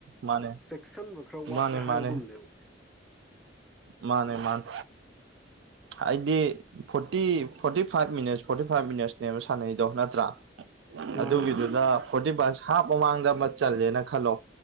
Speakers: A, on the right (about 80°); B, in the centre.
A: ꯃꯥꯅꯦ
B: ꯆꯦꯛꯁꯤꯟꯕ ꯈꯔ ꯋꯥꯠꯂꯦ
A: ꯃꯥꯅꯦ
B: ꯍꯥꯏꯕꯒꯨꯝꯅꯦꯕ
A: ꯃꯥꯅꯦ ꯃꯥꯅꯦ ꯃꯥꯅꯦ ꯍꯥꯏꯗꯤ forty forty five minutes forty five ꯃꯤꯅꯠꯁꯅꯦꯕ ꯁꯥꯟꯅꯩꯗꯣ ꯅꯠꯇ꯭ꯔꯥ
B: ꯃꯥꯅꯦ
A: ꯑꯗꯨꯒꯤꯗꯨꯗ ꯐꯣꯔꯇꯤ ꯄꯁ ꯍꯥꯞ ꯃꯃꯥꯡꯗ ꯑꯃ ꯆꯜꯂꯦꯅ ꯈꯜꯂꯣ